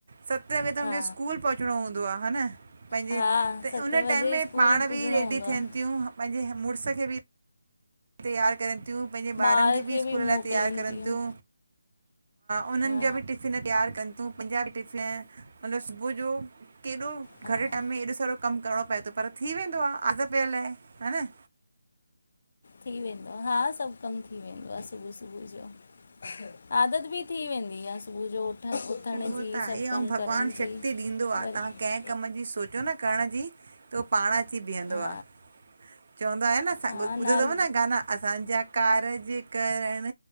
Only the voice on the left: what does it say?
हा
हा
सते
वजे
स्कूल
पुॼणो
हूंदो आहे
ॿार
मोकिलीनि
थियूं
हा
हा
थी वेंदो आ, हा सभ कम थी वेंदो आ, सुभू सुभू जो। आदत बि थी वेंदी आ, सुबभू जो उथण
जी
सभु कमु
करण
जी
वरी
हा
हा
नार